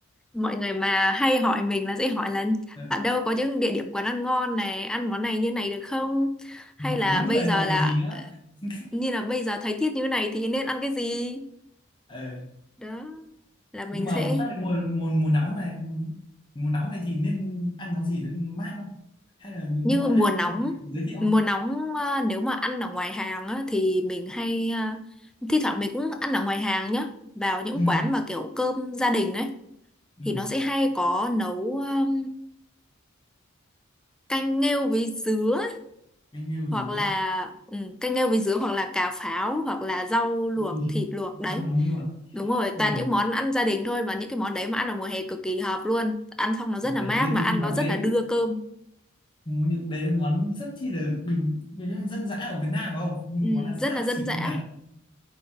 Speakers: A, in the centre; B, on the left.
A: mọi người mà hay hỏi mình là sẽ hỏi là
B: ừ,
A: ở đâu có những địa điểm quán ăn ngon này ăn món này như này được không hay
B: thì hỏi
A: là
B: đúng người
A: bây giờ
B: rồi
A: là
B: còn gì nữa <laughs>
A: như là bây giờ thấy tiết như thế này thì nên ăn cái gì
B: ờ
A: đó là
B: nhưng
A: mình
B: mà
A: sẽ
B: chắc là mùa mùa mùa nóng này mùa, mùa nóng này thì nên ăn món gì nó mát không hay là những
A: như
B: món
A: mùa
B: ăn
A: nóng
B: ăn gì giới thiệu
A: mùa
B: không
A: nóng à, nếu mà ăn ở ngoài hàng á, thì mình hay à, thi thoảng mình cũng ăn ở ngoài hàng nhá vào những
B: ừ
A: quán mà kiểu cơm gia đình ấy
B: ừ
A: thì nó sẽ hay có nấu um, canh nghêu với dứa
B: anh yêu
A: hoặc
B: dứa
A: là ừ, canh nghêu với dứa hoặc là cà pháo hoặc là rau luộc
B: Ui,
A: thịt luộc đấy
B: đau muốn rồi
A: đúng rồi
B: Ui,
A: toàn những món ăn gia đình thôi mà những cái món đấy mà ăn vào mùa hè cực kỳ hợp luôn ăn xong nó rất
B: đùa
A: là mát
B: chứ
A: mà
B: những
A: ăn nó
B: món
A: rất
B: đấy
A: là đưa cơm
B: những đấy là món rất chi là bình những dân dã ở Việt Nam phải không nhưng
A: ừ,
B: món là xa
A: rất là dân
B: xỉ
A: dã
B: bên Nhật